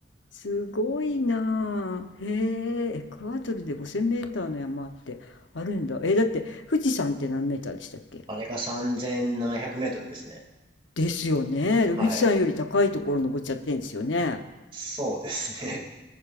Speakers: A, on the left (about 85°); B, on the right (about 30°).
A: すごいなあ。へえ、エクアドルで5000メーターの山ってあるんだ。えーだって富士山って何メーターでしたっけ
B: あれが3700メートルですね。
A: ですよね。富士山より高いところ登っちゃってんですよね。
B: はい。そうですね。